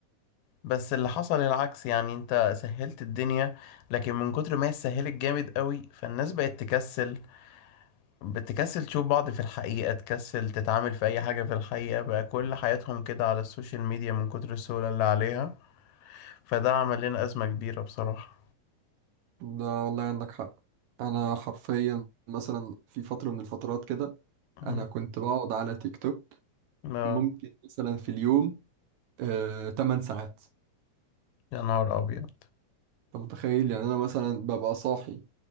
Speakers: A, on the left (about 80°); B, on the right (about 70°).
A: بس اللي حصل العكس يعني انت سهلت الدنيا لكن من كتر ما هي اتسهلت جامد قوي فالناس بقت تكسل بتكسل تشوف بعض في الحقيقة تكسل تتعامل في اي حاجة في الحقيقة بقى كل حياتهم كده على السوشيال ميديا من كتر السهولة اللي عليها فده عمل لنا أزمة كبيرة بصراحة
B: ده والله عندك حق انا حرفيا مثلا في فترة من الفترات كده انا
A: مم.
B: كنت بقعد على تيك توك
A: لا
B: ممكن مثلا في اليوم آه 8 ساعات
A: يا نهار أبيض
B: انت متخيل يعني انا مثلا ببقى صاحي